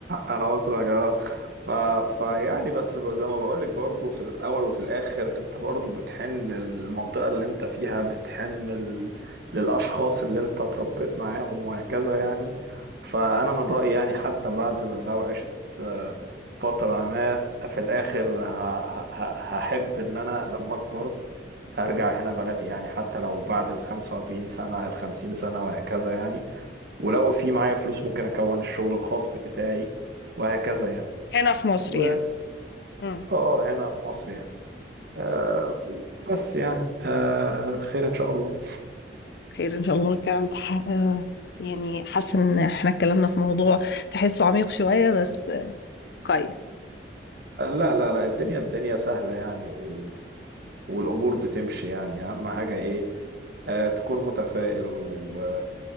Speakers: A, on the right (about 60°); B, on the left (about 65°).
A: انا مصري يا جماعه ف... فيعني بس زي ما بقول لك برضه في الاول وفي الاخر انت برضه بتحن للمنطقه اللي انت فيها بتحن ل... للاشخاص اللي انت اتربيت معاهم وهكذا يعني فانا من رايي يعني حتى بعد لو عشت آه، فتره ما في الاخر ه... ه... ه- هحب ان انا لما اكبر ارجع هنا بلدي يعني حتى لو بعد ال 45 سنه ال 50 سنه وهكذا يعني ولو في معايا فلوس ممكن اكون الشغل الخاص بتاعي وهكذا يعني
B: هنا في مصر
A: و
B: يعني
A: اه
B: امم
A: آه، هنا في مصر يعني آه بس يعني آه خير ان شاء الله
B: خير ان شاء الله الكلام ده ح- آه، يعني حاسه ان احنا اتكلمنا في موضوع تحسه عميق شويه بس آه، كويس
A: آه لا لا لا الدنيا الدنيا سهلة يعني و... والامور بتمشي يعني اهم حاجة ايه آه تكون متفائل و...